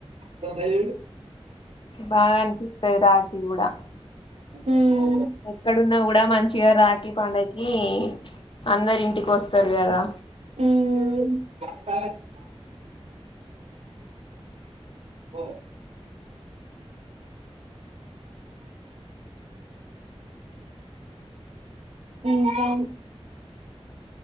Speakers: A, on the right; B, on the left.
A: ఫోన్ ఏడి
B: బాగా అనిపితది రాఖీ కూడా
A: ఉ
B: ఎక్కడున్నా కూడా మంచిగా రాఖి పండకి అందరు ఇంటికి వస్తారు కదా
A: మ్మ్ <unintelligible> పోఓ ఇంకా